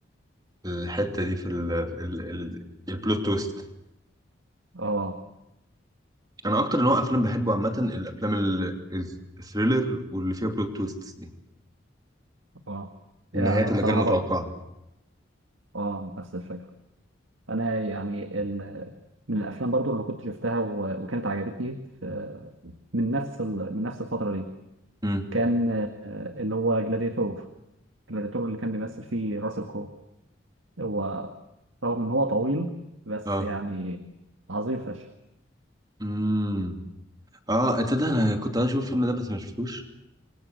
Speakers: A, on the right; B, on the right.
A: الحته دي في ال ال ال البلوت تويست
B: اه
A: انا اكتر نوع افلام بحبه عامه الافلام ال- الثريلر واللي فيها بلوت تويست دي
B: اه يعني
A: النهايات
B: أنا بصراحة
A: اللي غير متوقعه
B: برضه اه نفس الفكرة انا يعني ال... من الافلام برضه اللي كنت شفتها و... وكانت عجبتني في... من نفس ال... من نفس الفترة دي
A: امم
B: كان آه، اللي هو جلاديتور جلاديتور اللي كان بيمثل فيه راسل كرو هو رغم ان هو طويل بس
A: اه
B: يعني عظيم فشخ
A: امم اه انت ده انا كنت عايز اشوف الفيلم ده بس ما شفتوش